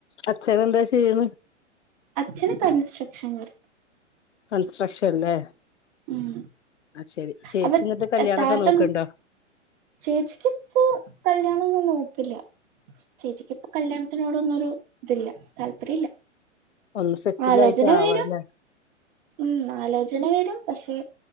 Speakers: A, on the left; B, on the right.
A: അച്ഛനെന്താ ചെയ്യണേ
B: അച്ഛന് കൻസ്ട്രക്ഷൻ വർക്ക്
A: കൺസ്ട്രക്ഷൻല്ലേ
B: ഉം
A: ആഹ് ശരി ചേച്ചി
B: അപ്പൊ
A: എന്നിട്ട് കല്യാണൊക്കെ
B: താത്തം
A: നോക്കണ്ടോ
B: ചേച്ചിക്ക്പ്പോ കല്യാണംന്ന് നോക്ക ല്ല ചേച്ചിക്ക് ഇപ്പ കല്യാണത്തിനോടൊന്നുംരു ഇതില്ല താല്പര്യ ഇല്ല
A: ഒന്ന് സെറ്റിലായിട്ട്
B: ആലോചന
A: ആവാല്ലേ
B: വരും ഉ ആലോചന വരും പക്ഷെ